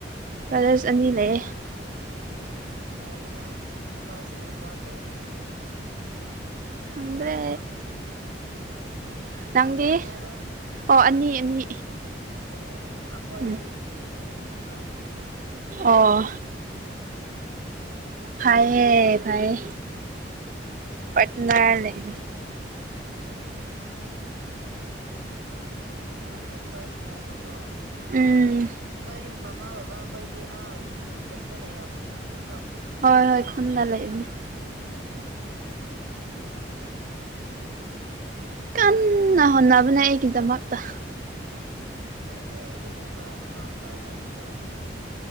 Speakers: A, on the right; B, on the right.
A: ꯕ꯭ꯔꯗꯔꯁ ꯑꯅꯤ ꯂꯩꯌꯦ
B: ꯐꯔꯦꯅꯥ ꯅꯨꯄꯥꯁꯤꯡꯅ ꯒꯥ꯭ꯔꯗ ꯇꯧꯕꯤ
A: ꯈꯪꯗ꯭ꯔꯦ
B: ꯌꯥꯝꯕꯁꯦ ꯅꯨꯄꯥ
A: ꯅꯪꯗꯤ
B: ꯀꯌꯥꯅꯦꯕ
A: ꯑꯣ ꯑꯅꯤ ꯑꯅꯤ
B: ꯑꯣ ꯑꯩꯈꯣꯏꯗꯤ
A: ꯎꯝ
B: ꯅꯨꯄꯤ ꯑꯅꯤ ꯅꯨꯄꯥ ꯑꯅꯤꯒꯣ
A: ꯑꯣ ꯐꯥꯏꯦ ꯐꯥꯏꯦ
B: ꯎꯝ
A: ꯄꯠꯅꯥ ꯂꯩ
B: ꯎꯝ ꯅꯪꯅ ꯐꯥꯔꯁꯅꯦꯕꯀꯣ
A: ꯎꯝ
B: ꯅꯣꯏ ꯃꯃꯥ ꯕꯕꯥ ꯑꯩꯈꯣꯏꯗꯤ ꯑꯥ ꯀꯨꯟꯅ ꯂꯩꯔꯝꯒꯅꯤ ꯑꯗꯨꯗꯤ
A: ꯍꯣꯏ ꯍꯣꯏ ꯈꯟꯗꯥ ꯂꯩꯕꯅꯦ
B: ꯑꯣ ꯎꯝ
A: ꯀꯟꯅ ꯍꯣꯠꯅꯕꯅꯦ ꯑꯩꯒꯤꯗꯃꯛꯇ
B: ꯐꯔꯦ ꯑꯗꯨꯒꯨꯝꯕ ꯃꯃꯥ ꯃꯄꯥ ꯂꯩꯕꯗꯣ